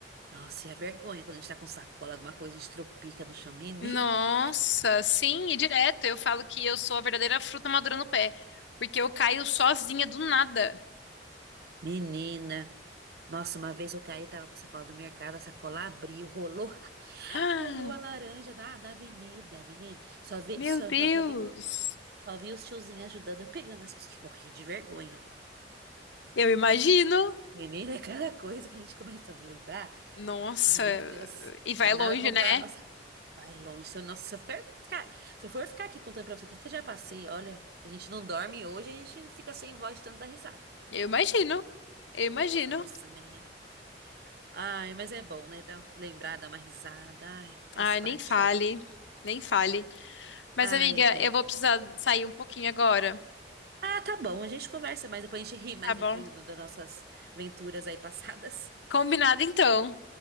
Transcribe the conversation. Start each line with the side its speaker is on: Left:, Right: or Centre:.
Right: Nossa, e a vergonha quando a gente tá com sacola, alguma coisa, a gente tropica no chão. Meni-
Left: Nossa,
Right: <laughs>
Left: sim, e direto. Eu falo que eu sou a verdadeira fruta madura no pé, porque eu caio sozinha do nada. <gasps>
Right: Menina, nossa, uma vez eu caí, tava com sacola do mercado, a sacola abriu, rolou, <laughs>
Left: Ah,
Right: rolou a laranja na, na avenida, menina. Só vi,
Left: meu
Right: só,
Left: Deus!
Right: só, só vi, o- só vi os tiozinhos ajudando, eu pegando as coisas, que morri de vergonha.
Left: Eu imagino.
Right: Menina, é cada coisa que a gente começa a lembrar,
Left: Nossa,
Right: eu falo, meu Deus,
Left: e vai
Right: ah, nada
Left: longe,
Right: como
Left: né?
Right: tá na nossa. Vai longe. Se eu, nossa, se eu ficar, ficar- se eu for ficar aqui contando pra você tudo que eu já passei, olha, a gente não dorme hoje, a gente fica sem voz de tanto dar risada.
Left: Eu imagino. Eu imagino.
Right: Nossa, menina. Ai, mas é bom, né? Dar, lembrar, dar uma risada. Ai, faz
Left: Ai,
Right: parte
Left: nem fale,
Right: da vida.
Left: nem fale. Mas,
Right: Ai,
Left: amiga,
Right: amiga.
Left: eu vou precisar sair um pouquinho agora,
Right: Ah, tá bom, a gente conversa mais depois, a gente ri mais
Left: tá bom?
Right: depois do- das nossas aventuras aí passadas.
Left: Combinado então.